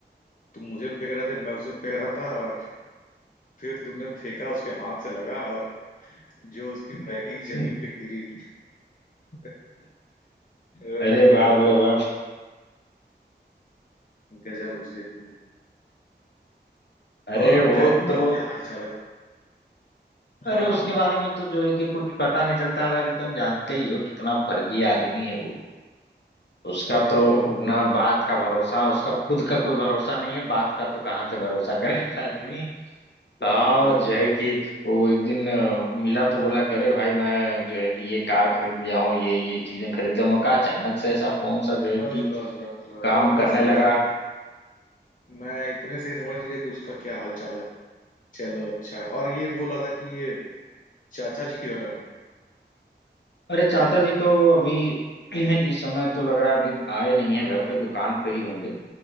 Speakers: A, on the left (about 45°); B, on the left (about 70°).
A: तुम मुझे फेंक रहे थे मैं उसे फेंक रहा था और फिर तुमने फेंका उसके हाथ से लगा और जो उसकी मैगी
B: <laughs>
A: जमीन पे गिरी <laughs> ओह,
B: अरे बाप रे बाप
A: गजब उस दिन
B: अरे
A: और
B: वो
A: ड्रैकुला
B: तो
A: क्या हाल चाल है
B: अरे
A: हाँ हाँ
B: उसके बारे में तो जो है कि कुछ पता नहीं चलता हालांकि तुम जानते ही हो कितना फर्जी आदमी है वो उसका
A: अरे
B: तो
A: वो तो
B: ना बात का भरोसा उसका खुद का कोई भरोसा नहीं है बात का तो कहाँ से भरोसा करेगा आदमी
A: सही
B: हाँ
A: सही
B: जो
A: बात
B: है कि वो एक दिन अ, मिला तो बोला कि अरे भाई मैं जो है कि ये कार खरीद लिया हूँ ये ये चीजें खरीद लिया हूँ। मैं कहा अचानक से ऐसा कौन सा जो है
A: बस
B: कि
A: बस बस बस
B: काम
A: अब मैं
B: करने
A: समझ
B: लगा
A: गया मैं इतने से ही समझ गया कि उसका क्या हाल चाल है चलो अच्छा है और ये बोल रहा था कि ये चाचा जी किधर है
B: अरे चाचा जी तो अभी <clears throat> इस समय तो लग रहा है अभी आए नहीं है घर पे दुकान पे ही होंगे